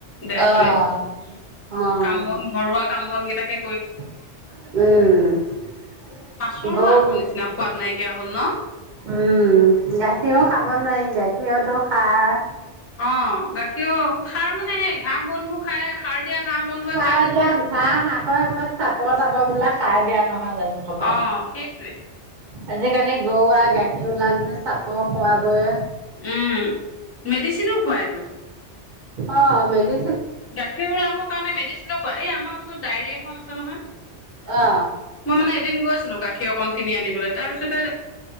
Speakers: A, on the left; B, on the right.
A: দেহটোৱে,
B: অ', অ',
A: কাম-বন ঘৰুৱা কাম-বন কেই, তাকে,
B: উম, গৰু উম
A: মাছৰো
B: গাখীৰও
A: আগৰ নিচিনা সোৱাদ
B: খাব
A: নাইকিয়া হ'ল ন
B: নোৱাৰি গাখীৰ সিহঁতো খাৰ
A: অ গাখীৰো সাৰ মানে সেই ঘাঁহ বনবোৰ খাই সাৰ দিয়া ঘাঁহ বনবোৰে
B: সাৰ
A: খাই যে
B: দিয়া
A: গৰুৱে
B: ঘাঁহ হাকৰ সময়ত চাপৰ তাপৰবিলাক সাৰ দিয়া নহয় জানো সপা
A: অ' সেইটোৱে
B: আজিকালি গৰু আৰু গাখীৰবিলাক যে চাপৰ খোৱাবোৰে
A: উম, মেডিচিনো খুৱাইটো
B: অ', মেডি
A: গাখীৰ ওলাবৰ কাৰণে মেডিচিনো খুৱায়। এই, আমাৰ ওচৰত ডায়েৰী এখন আছে নহয়।
B: অ
A: মই, মানে, এদিন গৈছিলোঁ গাখী খীৰ অকণ কিনি আনিবলৈ তাৰপিছতে,